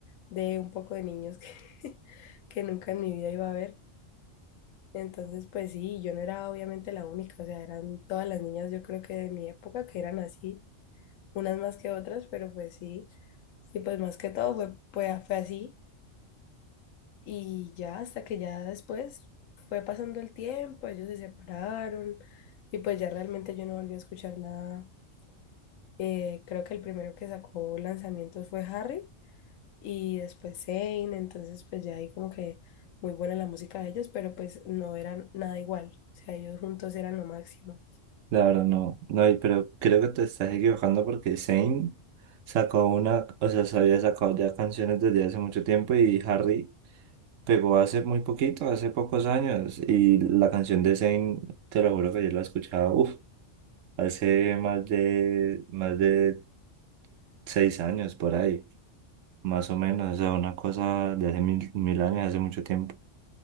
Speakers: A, on the left; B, on the right.
A: de un poco de niños que, <laughs> que nunca en mi vida iba a ver. Entonces, pues sí, yo no era obviamente la única, o sea, eran todas las niñas, yo creo que de mi época, que eran así, unas más que otras, pero pues sí, y pues más que todo fue, fue, fue así. Y ya hasta que ya después fue pasando el tiempo, ellos se separaron y pues ya realmente yo no volví a escuchar nada. Eh, creo que el primero que sacó lanzamientos fue Harry y después Zayn, entonces pues ya ahí como que muy buena la música de ellos, pero pues no eran nada igual. O sea, ellos juntos eran lo máximo.
B: La verdad no, no hay, pero creo que te estás equivocando porque Zayn sacó una, o sea, se había sacado ya canciones desde hace mucho tiempo y Harry pegó hace muy poquito, hace pocos años. Y la canción de Zayn, te lo juro que yo la escuchaba, uff, hace más de, más de seis años por ahí, más o menos, o sea, una cosa de hace mil, mil años, hace mucho tiempo.